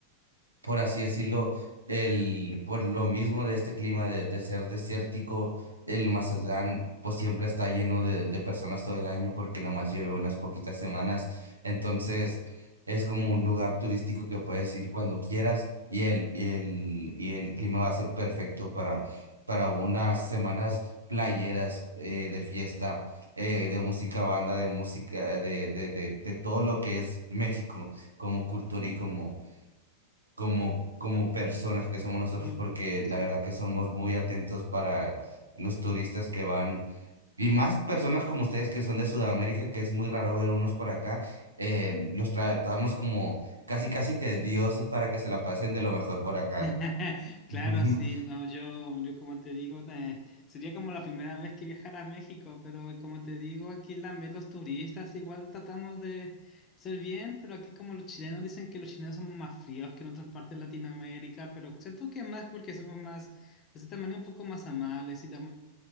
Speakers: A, on the right (about 80°); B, on the left (about 30°).
A: por así decirlo, el, por lo mismo de este clima de, de ser desértico, el Mazatlán pues siempre está lleno de, de personas todo el año porque nomás lleve unas poquitas semanas. Entonces es como un lugar turístico que puedes ir cuando quieras y el, y el, y el clima va a ser perfecto para, para unas semanas playeras eh, de fiesta, eh, de música, banda, de música, de, de, de, de todo lo que es México como cultura y como como, como personas que somos nosotros,
B: Como-
A: porque
B: sí.
A: la verdad que somos muy atentos para los turistas que van, y más personas como ustedes que son de Sudamérica, que es muy raro ver unos por acá, eh, los tratamos como casi, casi que dioses para que se la pasen de lo mejor por acá.
B: <laughs> Claro,
A: <laughs>
B: sí, no, yo, yo como te digo, te- sería como la primera vez que viajara a México, pero como te digo, aquí también los turistas igual tratamos de ser bien, pero aquí como los chilenos dicen que los chilenos somos más fríos que en otras partes de Latinoamérica, pero siento que más porque somos más, de cierta manera, un poco más amables y damos-